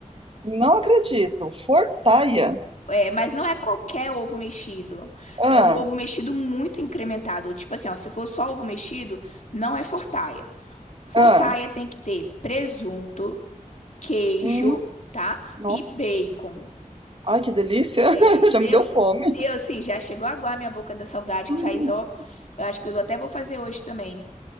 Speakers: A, on the right; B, on the left.
A: Não acredito. Fortaia.
B: É, mas não é qualquer ovo mexido.
A: Ah,
B: É um ovo mexido muito incrementado. Tipo assim, ó, se for só ovo mexido, não é fortaia. Fortaia
A: ah.
B: tem que ter presunto, queijo,
A: Hum,
B: tá?
A: nossa.
B: E bacon.
A: Ai, que delícia.
B: É,
A: <laughs>
B: meu
A: Já me deu fome.
B: Deus, assim, já chegou a aguar minha boca da saudade
A: <laughs>
B: que faz, ó. Eu acho que eu até vou fazer hoje também.